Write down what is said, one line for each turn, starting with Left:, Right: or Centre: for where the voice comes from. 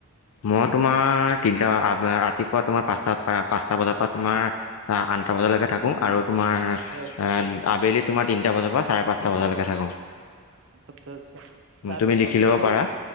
Left: মই তোমাৰ তিনটা আব ৰাতিপুৱা তোমাৰ পাঁচটাত। পা পাঁচটা বজাৰ পৰা তোমাৰ আ আনঠা বজালৈকে থাকো। কো আৰু তোমাৰ অ
Right: হয়
Left: আবেলি তোমাৰ তিনিটা বজাৰ পৰা চাৰে পাঁচটা বজালৈকে থাকোঁ।
Right: আচ্ছা আচ্ছা, চাৰে
Left: তুমি
Right: পাঁচটা
Left: লিখি
Right: মানে
Left: ল'ব
Right: কালি
Left: পাৰা
Right: ম